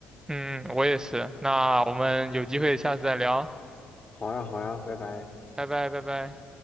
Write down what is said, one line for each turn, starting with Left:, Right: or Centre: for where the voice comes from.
Right: 嗯，我也是。那我们有机会下次再聊，
Left: 好呀，好呀，拜拜。
Right: 拜拜拜拜。